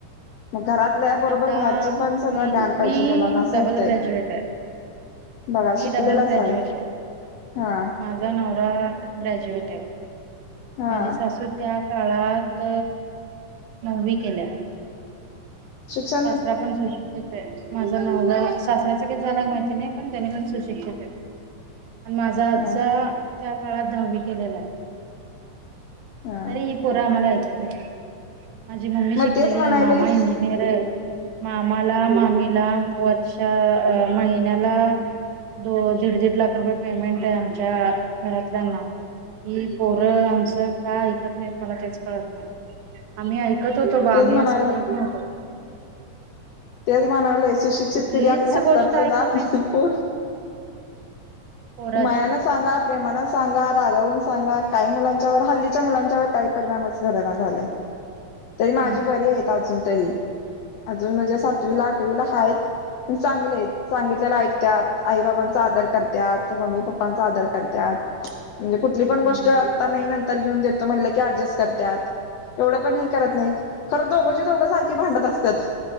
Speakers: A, on the left; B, on the right.
A: मग घरातल्या बरोबर
B: आता
A: बाहेरचे पण सगळं
B: मी
A: ज्ञान पाहिजे
B: मी
A: मुलांना असं. होतय
B: डबल ग्रॅज्युएट आहे
A: बघा
B: मी
A: शिकलेलाच
B: डबल ग्रॅज्युएट
A: आहे हा
B: माझा नवरा ग्रॅजुएट आहे
A: हा
B: माझी सासू त्या काळात नववी केल्या
A: शिक्षण
B: सासरा पण सुशिक्षि आहे माझा नवरा सासऱ्याच किती झालाय माहिती नाही पण त्याने पण सुशिक्षित आहेत आणि माझा आजा
A: हा
B: त्या काळात दहावी केलेला
A: हा
B: आहे पोर आम्हाला ऐकत नाहीत माझी मम्मी
A: मग
B: शिकलेली
A: तेच म्हणायलय
B: आहे मामा इंजिनियर आहे. मामाला मामीला वर्षा अ महिन्याला दो दीड दीड लाख रुपये पेमेंट आहे आमच्या घरातल्यांना. ही पोरं आमचं का ऐकत नाहीत मला तेच कळत नाही आम्ही ऐकत होतो बा
A: तेच
B: आम्ही
A: म्हणायला
B: असं करत नव्हतो.
A: तेच म्हणायला आहे सुशिक्षित
B: कुठलीच
A: पिढी आपली असताना
B: गोष्ट
A: सुध्दा
B: ऐकत
A: आपल्या
B: नाहीत
A: पोरं.
B: पोरं अशी.
A: मायाला, सांगा. प्रेमाना सांगा रागवून सांगा काही मुलांच्यावर हल्लीच्या मुलांच्यावर काही परिणामच घडना झालायं तरी माझी
B: हम्म
A: बरी आहेत अजून तरी अजून म्हणजे सातवीला आठवीला हायत पण चांगले आहेत सांगितलेला ऐकतात आई बाबांचा आदर करत्यात मम्मी पप्पांचा आदर करत्यात.
B: <unintelligible>
A: म्हणजे कुठली पण
B: हम्म
A: गोष्ट
B: हम्म.
A: आता नाही नंतर घेऊन देतो म्हणलं की ऍडजस्ट करत्यात एवढं पण हे करत नाहीत खरं दोघंचे दोघं सारखे भांडत असत्यात.